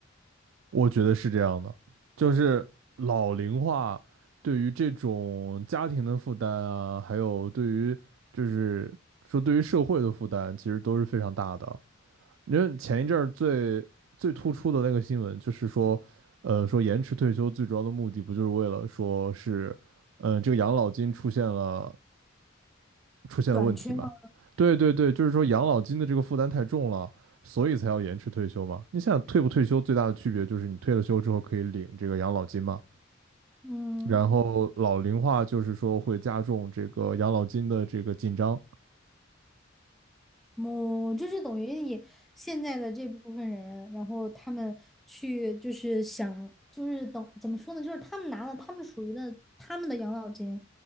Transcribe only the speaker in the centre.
短缺吗？
嗯，
我就是等于你现在的这部分人，然后他们去就是想就是等怎么说呢，就是他们拿了他们属于的他们的养老金，